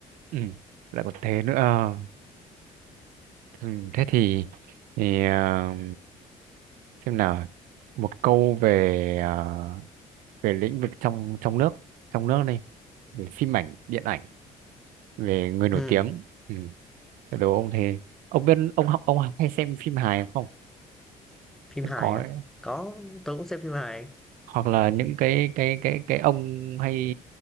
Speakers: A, on the right; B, in the centre.
A: ừ lại còn thế nữa Ờ, ừ, thế thì thì ờ, xem nào một câu về ờ, về lĩnh vực trong trong nước trong nước này về phim ảnh điện ảnh về người nổi
B: ừ
A: tiếng ừ. đồ ông thề ông biết ông học ông hay xem phim hài không
B: phim
A: sẽ
B: hài
A: có
B: á có tôi cũng xem phim hài
A: hoặc là những cái cái cái cái ông hay